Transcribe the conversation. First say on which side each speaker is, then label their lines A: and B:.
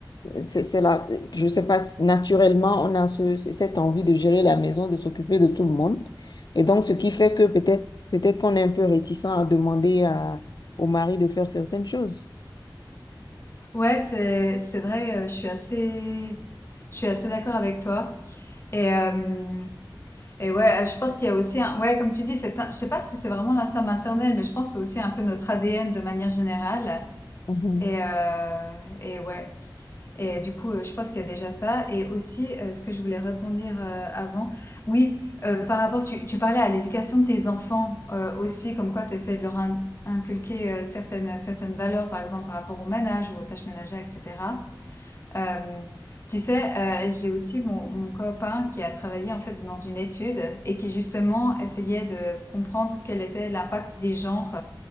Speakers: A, on the left; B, on the left.
A: c'est, c'est la, je sais pas, naturellement, on a ce- cette envie de gérer la maison, de s'occuper de tout le monde. Et donc, ce qui fait que peut-être, peut-être qu'on est un peu réticent à demander à, au mari de faire certaines choses.
B: Ouais, c'est c'est vrai, euh, je suis assez je suis assez d'accord avec toi. Et euh, Et ouais, euh, je pense qu'il y a aussi un, ouais, comme tu dis, c'est un- je sais pas si c'est vraiment l'instinct maternel, mais je pense que c'est aussi un peu notre ADN de manière générale.
A: Mhm,
B: Et, euh, et ouais. Et du coup, euh, je pense qu'il y a déjà ça. Et aussi, euh, ce que je voulais répondre euh, avant, oui, euh, par rapport, tu, tu parlais à l'éducation de tes enfants euh, aussi, comme quoi tu essaies de leur in- inculquer euh, certaines, certaines valeurs, par exemple, par rapport au ménage ou aux tâches ménagères, etc. Hem, tu sais, heu, j'ai aussi mon mon copain qui a travaillé en fait dans une étude et qui justement essayait de comprendre quel était l'impact des genres,